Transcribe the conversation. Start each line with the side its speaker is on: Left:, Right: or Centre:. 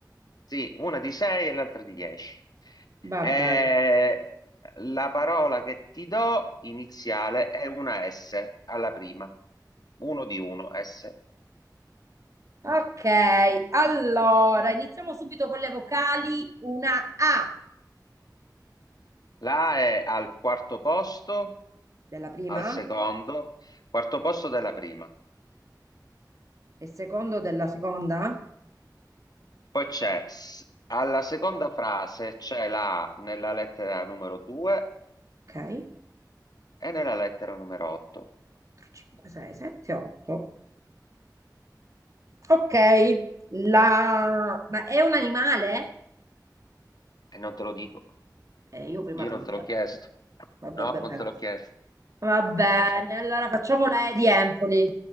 Left: Sì, una di 6 e l'altra di 10.
Right: Va
Left: E
Right: bene.
Left: la parola che ti do iniziale è una S alla prima, uno di uno S.
Right: Ok, allora iniziamo subito con le vocali. Una A
Left: La A è al quarto posto,
Right: della prima
Left: al secondo, quarto posto della prima.
Right: e secondo della seconda.
Left: Poi c'è, s- alla seconda frase c'è la A nella lettera numero 2
Right: Ok.
Left: e nella lettera numero 8.
Right: 4, 5, 6, 7, 8. Ok, la... ma è un animale?
Left: E non te lo dico,
Right: Eh, io prima
Left: io
Right: te
Left: non
Right: l'ho
Left: te
Right: detto,
Left: l'ho chiesto.
Right: però. Vabbè,
Left: No,
Right: vabbè.
Left: non te l'ho chiesto.
Right: Va bene,
Left: Eh, eh, eh.
Right: allora facciamo la E di Empoli.